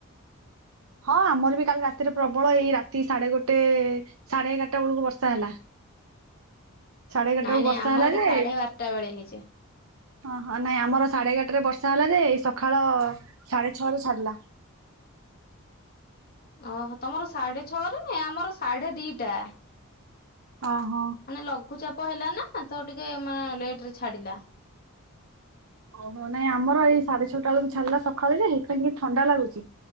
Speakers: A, on the right; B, on the left.
A: ହଁ ଆମର ବି କାଲି ରାତିରେ ପ୍ରବଳ ଏଇ ରାତି ସାଢେ ଗୋଟେ ସାଢେ ଏଗାରଟା ବେଳକୁ ବର୍ଷା ହେଲା। ସାଢେ ଏଗାରଟା
B: ନାଇଁ
A: ବେଳକୁ
B: ନାଇଁ
A: ବର୍ଷା
B: ଆମ
A: ହେଲା
B: ଆଡେ
A: ଯେ
B: ସାଢ଼େ ବାରଟା ବେଳେ ହେଇଚି।
A: ହଁ ହଁ ନାଇଁ ଆମର ସାଢେ ଏଗାରଟାରେ ବର୍ଷା ହେଲା ଯେ ସକାଳ ସାଢେ ଛଅ ରେ ସରଲା।
B: <inaudible> ଓହୋ ତମର ସାଢେ ଛଅରେ ଆମର ସାଢେ ଦିଟା
A: ଓହୋ।
B: ମାନେ ଲଘୁଚାପ ହେଲା ନା ତ ଟିକେ ମା ଲେଟ ରେ ଛାଡିଲା।
A: ଓ ହୋ ନାଇଁ ଆମର ଏଇ ସାଢେ ଛଅଟା ବେଳକୁ ଛାଡିଲା ସକାଳେ ଯେ ହାଲକା ଟିକେ ଥଣ୍ଡା ଲାଗୁଛି।